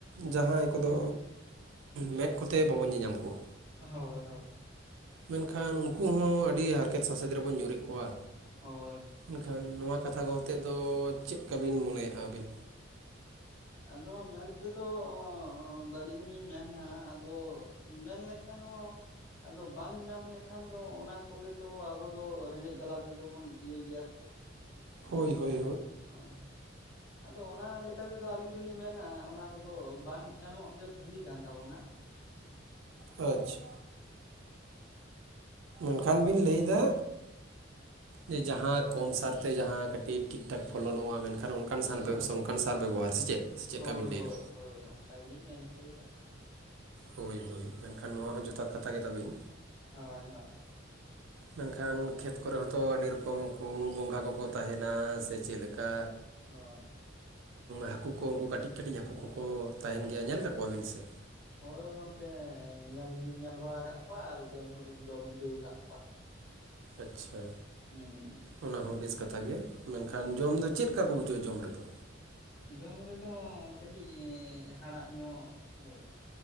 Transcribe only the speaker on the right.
ᱡᱟᱦᱟᱸᱭ ᱠᱚᱫᱚ ᱢᱮᱫ ᱠᱚᱛᱮ ᱵᱟᱵᱚᱱ ᱧᱮᱧᱟᱢ ᱠᱚᱣᱟ
ᱢᱮᱱᱠᱷᱟᱱ ᱩᱱᱠᱩ ᱦᱚᱸ ᱟᱹᱰᱤ ᱦᱟᱨᱠᱮᱛ ᱥᱟᱥᱮᱛ ᱨᱮᱵᱚᱱ ᱧᱩᱨᱮᱫ ᱠᱚᱣᱟ
ᱢᱮᱱ ᱠᱷᱟᱱ ᱱᱚᱣᱟ ᱠᱟᱛᱷᱟ ᱠᱚ ᱚᱛᱮᱫ ᱫᱚ ᱪᱮᱫ ᱠᱟᱵᱤᱱ ᱢᱚᱱᱮᱭᱮᱼᱟ ᱟᱹᱵᱤᱱ
ᱦᱳᱭ
ᱦᱳᱭ
ᱟᱪᱪᱷᱟ ᱮᱱᱠᱷᱟᱱ ᱵᱤᱱ ᱞᱟᱹᱭᱫᱟ, ᱡᱮ ᱡᱟᱦᱟᱸ ᱠᱚᱢ ᱥᱟᱨᱛᱮ ᱡᱟᱦᱟᱸ ᱠᱟᱹᱴᱤᱡ ᱴᱷᱤᱠ ᱴᱷᱟᱠ ᱯᱷᱚᱞᱚᱱᱚᱜᱼᱟ ᱢᱮᱱ ᱠᱷᱟᱱ <unintelligible> ᱚᱱᱠᱟᱱ ᱥᱟᱱ
ᱵᱮᱵᱥᱚᱱ ᱚᱱᱠᱟᱱ ᱥᱟᱨ ᱵᱮᱵᱚᱦᱟᱨ ᱥᱮ ᱪᱮᱫ ᱥᱮ ᱪᱮᱫᱮᱠᱟ
ᱵᱤᱱ ᱞᱟᱹᱭ
ᱫᱟ
ᱦᱳᱭ ᱦᱳᱭ ᱢᱮᱱ ᱠᱷᱟᱱ ᱱᱚᱣᱟ ᱦᱚᱸ ᱡᱚᱛᱷᱟᱛ ᱠᱟᱛᱷᱟ ᱜᱮᱛᱟ ᱵᱤᱱ
ᱢᱮᱱ ᱠᱷᱟᱱ ᱠᱷᱮᱛ ᱠᱚ ᱨᱮ ᱦᱚᱸᱛᱚ ᱟᱹᱰᱤ ᱨᱚᱠᱚᱢ ᱠᱚ ᱜᱚᱸᱜᱷᱟ ᱠᱚᱠᱚ ᱛᱟᱦᱮᱱᱟ ᱥᱮ ᱪᱮᱫ ᱞᱮᱠᱟᱼᱼ
ᱦᱟᱹᱠᱩ ᱠᱚ ᱩᱱᱠᱩ ᱠᱟᱹᱴᱤᱡ ᱠᱟᱹᱴᱤᱡ ᱦᱟᱹᱠᱩ ᱠᱚᱠᱚ ᱛᱟᱦᱮᱱ ᱜᱮᱭᱟ ᱧᱮᱞ ᱠᱟᱜ ᱠᱚᱣᱟ ᱵᱤᱱ ᱥᱮ,
ᱟᱪᱪᱷᱟ
ᱚᱱᱟ ᱦᱚᱸ ᱵᱮᱥ ᱠᱟᱛᱷᱟ ᱜᱮ ᱢᱮᱱ
ᱠᱷᱟᱱ ᱡᱚᱢ ᱫᱚᱼᱼ ᱪᱮᱫᱠᱟ ᱠᱚ ᱵᱩᱡᱷᱟᱹᱜᱼᱟ ᱡᱚᱢ ᱨᱮ ᱫᱚᱼᱼ